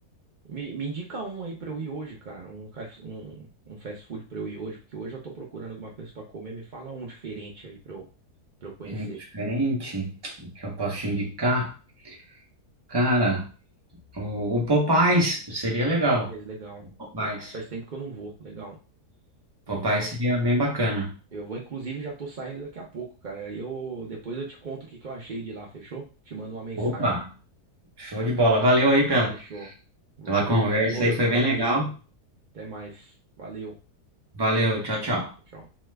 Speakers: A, on the right (about 80°); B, on the right (about 20°).
A: me, me indica um aí pra eu ir hoje, cara, um, KF um, um fast food pra eu ir hoje, porque hoje eu tô procurando alguma coisa pra comer, me fala um diferente aí pra eu, pra eu conhecer.
B: Um diferente, que eu posso te indicar, cara. O, o Popeyes seria
A: Popeyes,
B: legal.
A: legal.
B: O Popeyes.
A: Popeyes faz tempo que eu não vou. Legal.
B: Popeyes
A: Eu vou.
B: seria bem bacana.
A: Eu vou, inclusive, já tô saindo daqui a pouco, cara. Aí eu depois eu te conto o que que eu achei de lá, fechou? Te mando uma mensagem.
B: Opa,
A: ó.
B: show de bola. Valeu aí pela,
A: Fechou. Valeu.
B: pela conversa
A: Pô,
B: aí,
A: eu
B: foi
A: que agradeço,
B: bem legal.
A: hein. Até mais. Valeu.
B: Valeu, tchau, tchau.
A: Tchau.